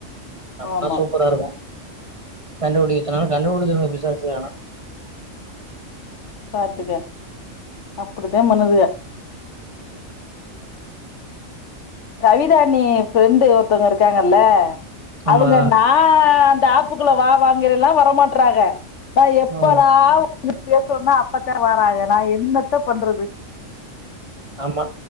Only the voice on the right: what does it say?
அப்னா
சூப்பரா இருக்கும் கண்டுபிடிக்கச்சொன்னாலும் கண்டுபிடிச்சுருங்க பிசாசுங்க ஆனா
ஆமா
ம்
ஆம்மா